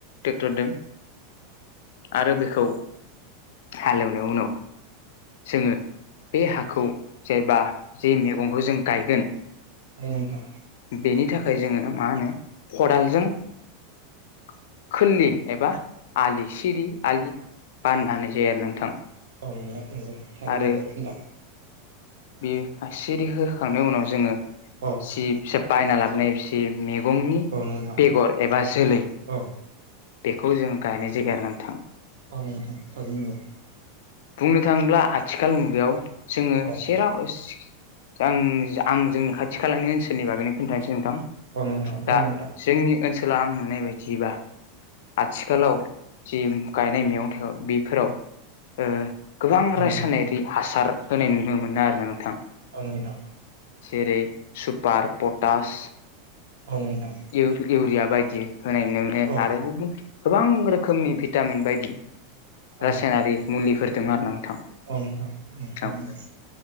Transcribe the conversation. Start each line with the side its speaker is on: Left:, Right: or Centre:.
Left: टेक्टरदों आरो बेखौ <inaudible> हालेवनाय उनाव जोङो बे हाखौ जेनेबा जे मेगंखौ जों गायगोन
Right: औ नोंथां।
Left: बेनि जोङो मा होनो खदालजों <inaudible> खोरलि एबा आलि सिरि आलि बानना जाया आरो नोंथां।
Right: औ <unintelligible> नंगौ थारै
Left: आरो
Right: नंगौ <unintelligible>
Left: बे आ सिरि होखांनायनि उनाव जोङो
Right: औ
Left: जि फिसा बायना लाबोनाय जि मेग मेगंनि
Right: औ नोंथां
Left: बेगर एबा जोलै
Right: औ
Left: बेखौ जों गायनाय जायोना।
Right: अ नोंथां थारैनो नंगौ।
Left: बुंनो थाङोब्ला आथिखाल मुगायाव जोङो
Right: औ
Left: सेराव सि आं आं जोंनि खाथि खालानि ओनसोलनि बागैनो खोनथानोसै नोंथां
Right: औ नोंथां थारैनो
Left: दा
Right: नोंथां
Left: जोंनि ओनसोला आं नुनाय बायदिबा आथिखालाव जि गायनाय मैगं थाइगं बेफोराव ओ गोबां
Right: औ नोंथां
Left: रायसायनायारि हासार होनाय नुनो मोनो आरोना नोंथां।
Right: औ नोंथां।
Left: जेरै सुपार पटास
Right: औ नोंथां
Left: इउ इउरिया बायदि होनाय बायदि
Right: औ
Left: आरो गुबुन गोबां रोखोमनि भिटामिन बायदि
Right: औ
Left: रासायनारि मुलिफोर दों आरोना। थां
Right: औ नोंथां थारैनो
Left: थां
Right: नंगौ